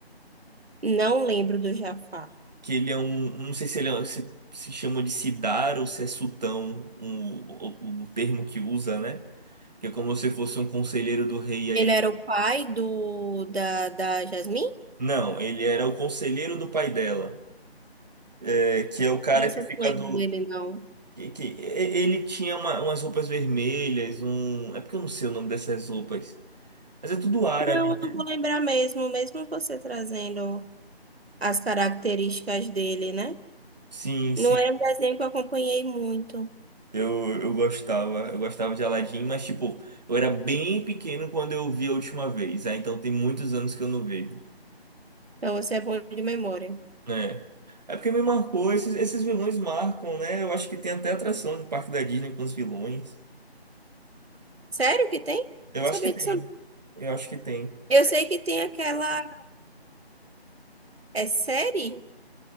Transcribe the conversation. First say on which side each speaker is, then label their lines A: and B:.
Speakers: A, on the right; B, on the right.
A: Não lembro do Jafar.
B: que ele é um, não sei se ele é- se, se chama de Sidar ou se é Sultão, um- o, o termo que usa, né? Que é como se fosse um conselheiro do rei, aí
A: Ele
B: ele...
A: era o pai do da, da Jasmine?
B: Não, ele era o conselheiro do pai dela, é, que é o cara
A: Isso
B: que
A: eu
B: fica
A: não lembro
B: do...
A: dele, não.
B: Que, que- e- ele tinha uma- umas roupas vermelhas, um... É porque eu não sei o nome dessas roupas, mas é tudo árabe,
A: Não, eu
B: né?
A: não vou lembrar mesmo, mesmo você trazendo as características dele, né?
B: Sim, sim.
A: Não é um desenho que eu acompanhei muito.
B: Eu, eu gostava, eu gostava de Aladdin, mas tipo, eu era bem pequeno quando eu vi a última vez, ah, então tem muitos anos que eu não vejo.
A: Então você é bom de memória.
B: É. É porque me marcou, esses, esses vilões marcam, né? Eu acho que tem até atração de parque da Disney com os vilões.
A: Sério que tem?
B: Eu
A: Sabia
B: acho que tem.
A: disso. não.
B: Eu acho que tem.
A: Eu sei que tem aquela. É série?